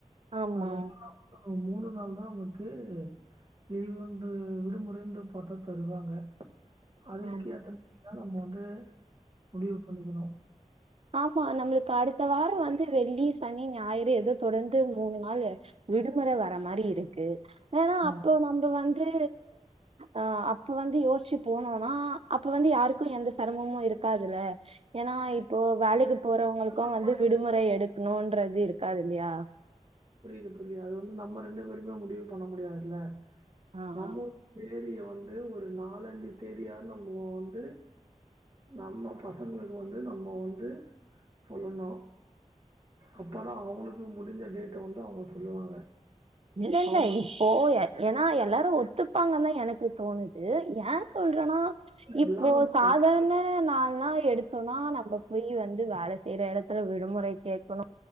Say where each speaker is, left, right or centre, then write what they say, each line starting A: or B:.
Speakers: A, on the right; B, on the right.
A: ஆமா
B: அதனால மூணு நாள் தா நமக்கு லீவுன்று விடுமுறைன்று பாத்தா தருவாங்க அதுக்கு
A: ஆம்
B: ஏத்த மாரிதா நம்ம வந்து முடிவு பண்ணிக்கணு
A: ஆமா நம்மளுக்கு அடுத்த வாரோ வந்து வெள்ளி சனி ஞாயிறு எதோ தொடர்ந்து மூணு நாள் விடுமுற வர மாரி இருக்கு வேனா
B: ம்.
A: அப்போ நம்ப வந்து ஆஹ் அப்ப வந்து யோசிச்சு போனோனா அப்ப வந்து யாருக்கு எந்த செரமமு இருக்காதுல்ல ஏன்னா இப்போ வேலைக்கு போறவங்களுக்கு
B: அது நம்ம
A: வந்து விடுமுறை
B: பேரும்
A: எடுக்கணுன்றது இருக்காது இல்லையா
B: புரியுது புரியுது அது வந்து நம்ம ரெண்டு பேருமே முடிவு பண்ண முடியாதுல்ல
A: ஆ
B: நம்மோ
A: ஆ
B: தேதிய வந்து ஒரு நாலஞ்சு தேதியா நம்மோ வந்து நம்ம பசங்களுக்கு வந்து நம்ம வந்து சொல்லணு அப்பதா அவ்ங்களுக்கு முடிஞ்ச டேட்டை வந்து அவங்க சொல்லுவாங்க
A: இல்ல இல்ல
B: ஆமா.
A: இப்போ ஏன்னா எல்லாரு ஒத்துப்பாங்கன்தா எனக்கு தோணு து ஏ சொல்றேன்னா இப்போ
B: எல்லாரும் வந்து
A: சாதாரண
B: வேலைக்கு
A: நாள்னா எடுத்தோனா நம்ம போய் வந்து வேல செய்யற எடத்துல விடுமுறை கேக்கணு